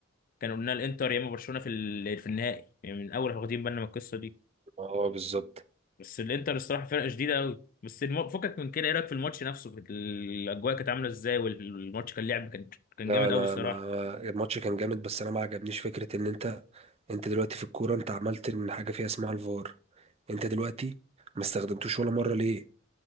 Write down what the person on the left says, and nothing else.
كان قلنا الانتر يا اما برشلونه في ال- في النهائي يعني من الاول واخدين بالنا من القصه دي
بس الانتر الصراحه فرقه شديده قوي بس الم- فكك من كده ايه رايك في الماتش نفسه في الاجواء كانت عامله ازاي والماتش كان لعب كان كان
جامد
قوي الصراحه